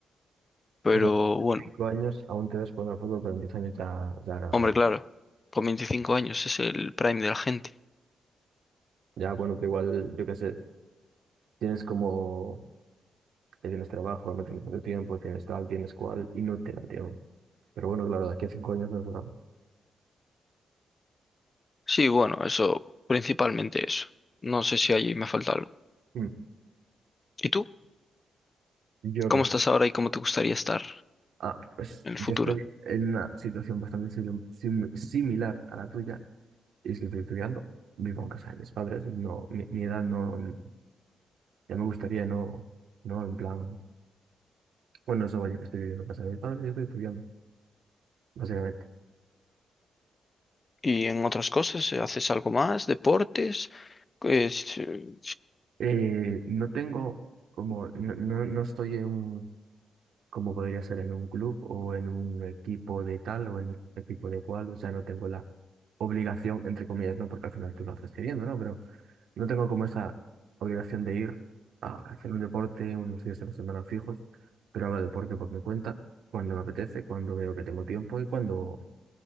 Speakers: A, on the left; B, on the right.
A: pero
B: O sea, en
A: bueno,
B: cinco años aún te ves jugando al fútbol, pero en 10 años ya, ya
A: hombre,
B: no.
A: claro, con 25 años es el prime de la gente.
B: Ya, bueno, pero igual, yo qué sé, Tienes como, ya tienes trabajo, no tienes tanto tiempo, tienes tal, tienes cual, y no te da tiempo. Pero bueno, claro, de aquí a cinco años no se sabe.
A: Sí, bueno, eso, principalmente eso. No sé si allí me falta algo.
B: Mm,
A: ¿Y tú?
B: ¿Yo
A: ¿Cómo
B: qué?
A: estás ahora y cómo te gustaría estar
B: Ah, pues
A: en el
B: yo
A: futuro?
B: estoy en una situación bastante sim- sim- similar a la tuya, y es que estoy estudiando, vivo en casa de mis padres, no, mi, mi edad no, ya me gustaría, no, no, en plan, bueno, eso vaya, que estoy viviendo en casa de mis padres y estoy estudiando, básicamente.
A: ¿Y en otras cosas? ¿Haces algo más? ¿Deportes? Pues, eh,
B: Eh, no tengo, como, no, no, no estoy en un como podría ser en un club o en un equipo de tal o en un equipo de cual, o sea, no tengo la obligación, entre comillas, no, porque al final tú lo haces queriendo, ¿no? Pero no tengo como esa obligación de ir a hacer un deporte unos días a la semana fijos, pero hago deporte por mi cuenta, cuando me apetece, cuando veo que tengo tiempo y cuando,